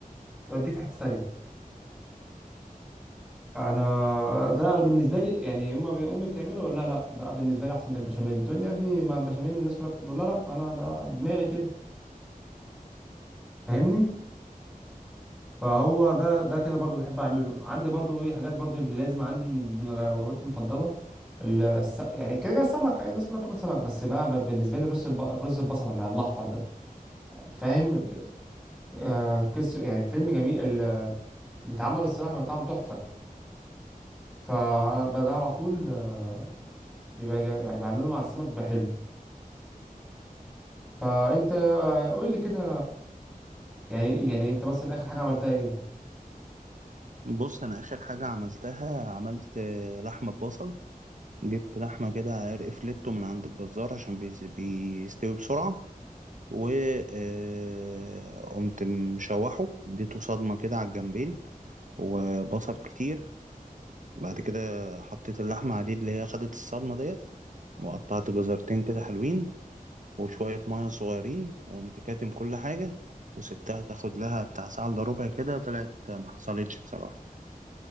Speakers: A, in the centre; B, on the right.
A: بديك في حته تانية انا ده انا بالنسبه لي يعني يما بي- امي بتعمله اقول لها لا ده بالنسبه لي احسن بالبشاميل تقول لي يا ابني ما البشاميل الناس كلها بتحبه لا لا انا ده دماغي كده فاهمني فهو ده ده كده برضو بحب اعمله عندي برضو ايه حاجات برضو اللي لازم عندي من وجباتي المفضله الس... يعني كده كده السمك يعني الناس كلها بتاكل سمك بس بقى ب- بالنسبه لي الرز الب... الرز البصله مع الاحمر ده فاهم ب- آه كس... يعني فيلم جميل ال... بيتعمل الصراحه بيبقى طعمه تحفه فده على طول آه، بيبقى جا- يعني بعمله مع السمك بيبقى حلو فانت قول لي كده يعني يعني انت مثلا اخر حاجه عملتها ايه
B: بص انا اخر حاجة عملتها عملت آه، لحمة ببصل جبت لحمة كده عرق فليتو من عند الجزار عشان بيس- بيستوي بسرعة و آه، قمت مشوحه اديته صدمة كده على الجنبين وبصل كتير بعد كده حطيت اللحمة عليه اللي هي خدت الصدمة ديت وقطعت جزرتين كده حلوين وشوية مية صغيرين وقمت كاتم كل حاجة وسبتها تاخد لها بتاع ساعة إلا ربع كده طلعت ما حصلتش بصراحة